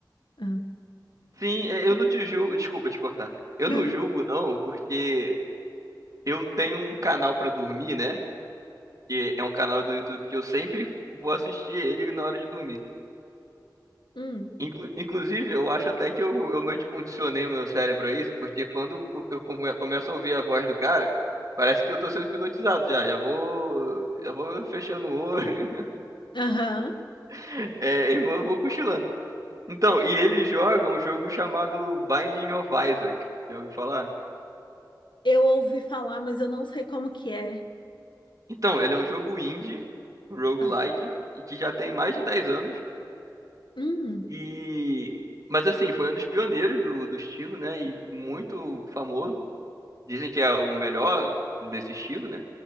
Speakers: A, on the left; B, on the right.
A: Ah.
B: sim, é, eu não te julgo, desculpa te cortar. Eu
A: Não.
B: não julgo não, porque eu tenho um canal pra dormir, né? Que é um canal do YouTube que eu sempre vou assistir ele na hora de dormir.
A: Hum.
B: Inclu- inclusive, eu acho até que eu, eu meio que condicionei o meu cérebro a isso, porque quando eu eu come- começo a ouvir a voz do cara, parece que eu tô sendo hipnotizado já, já vou, já vou fechando o olho,
A: Aham.
B: <laughs> é, e vou, vou cochilando. Então, e ele joga um jogo chamado Binding of Isaac, já ouviu falar?
A: Eu ouvi falar, mas eu não sei como que é.
B: Então, ele é um jogo indie, roguelike,
A: Ah,
B: que já tem mais de 10 anos,
A: hum,
B: e... Mas assim, foi um dos pioneiros do, do estilo, né, e muito famoso. Dizem que é o melhor desse estilo, né?